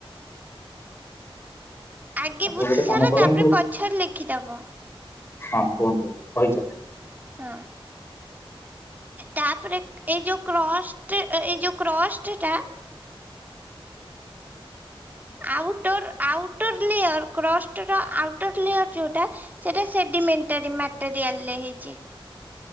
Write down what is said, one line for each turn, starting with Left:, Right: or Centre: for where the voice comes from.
Right: ଆଗେ
Left: ଆପଣ
Right: ବୁଝି
Left: ଗୋଟେ
Right: ସାର
Left: କାମ କରନ୍ତୁ
Right: ତାପରେ ପଛରେ ଲେଖିଦେବ।
Left: ହଁ କୁହନ୍ତୁ କହିଯାଅ।
Right: ହଁ। ତାପରେ ଏଇ ଯୋଉ କ୍ରଶ୍ ଟେ ଏଇ ଯୋଉ କ୍ରଷ୍ଟ ଟା ଆଉଟର୍ ଆଉଟର ଲେୟର୍ କ୍ରଷ୍ଟର ଆଉଟର୍ ଲେୟର୍ ଯେଉଟା ସେଟା ସେଡିମେଣ୍ଟାର ମାଟରିଆଲ ରେ ହେଇଚି।